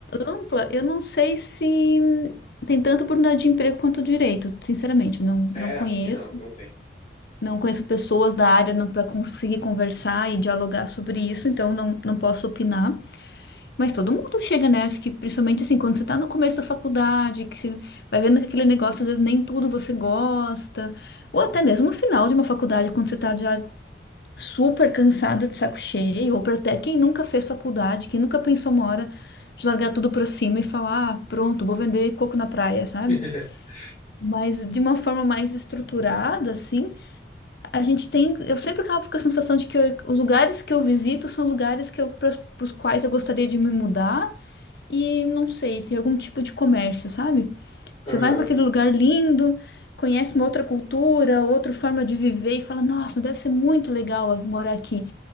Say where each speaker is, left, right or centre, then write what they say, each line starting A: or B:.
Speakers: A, on the left (about 60°); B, on the left (about 30°).
A: ampla. Eu não sei se tem tanta oportunidade de emprego quanto direito, sinceramente, não,
B: É,
A: não conheço.
B: acho que não, não tem.
A: Não conheço pessoas da área para conseguir conversar e dialogar sobre isso, então não, não posso opinar. Mas todo mundo chega, né? Acho que principalmente assim, quando você tá no começo da faculdade, que você vai vendo que aquele negócio, às vezes nem tudo você gosta, ou até mesmo no final de uma faculdade, quando você tá já super cansada de saco cheio, ou pra até quem nunca fez faculdade, quem nunca pensou uma hora de largar tudo pra cima e falar, ah, pronto, vou vender coco na praia, sabe?
B: <laughs>
A: Mas de uma forma mais estruturada, assim, a gente tem. Eu sempre acabo com a sensação de que eu- os lugares que eu visito são lugares que eu, para os quais eu gostaria de me mudar e não sei, tem algum tipo de comércio, sabe?
B: Aham.
A: Você vai para aquele lugar lindo, conhece uma outra cultura, outra forma de viver e fala: Nossa, mas deve ser muito legal ah, morar aqui.